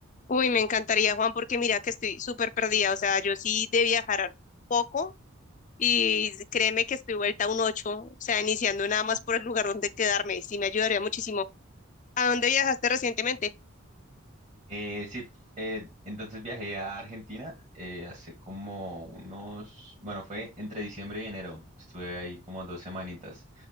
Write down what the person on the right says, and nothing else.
Eh, sí, eh, entonces viajé a Argentina eh, hace como unos, bueno, fue entre diciembre y enero, estuve ahí como dos semanitas.